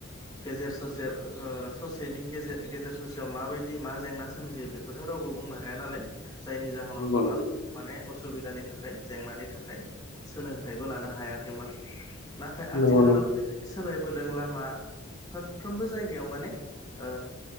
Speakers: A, on the left; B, on the left.
A: गेजेर ससे ओ ससेनि गेजेर गेजेर ससेयाव माबायदि मा जेंना सोमजियो बेखौ खौथ' रावबो बुंनो हाया नालाय जायनि जाहोनाव
B: नंगौ
A: गोबां।
B: नंगौ
A: माने असुबिदानि थाखाय जेंनानि थाखाय सोलोंथाइबो लानो हायाखैमोन। नाथाय
B: नंगौ
A: आथिखालाव ओरैबायदि सोलायबोदों लामा फारफ्रोमबो जायगायाव माने ओ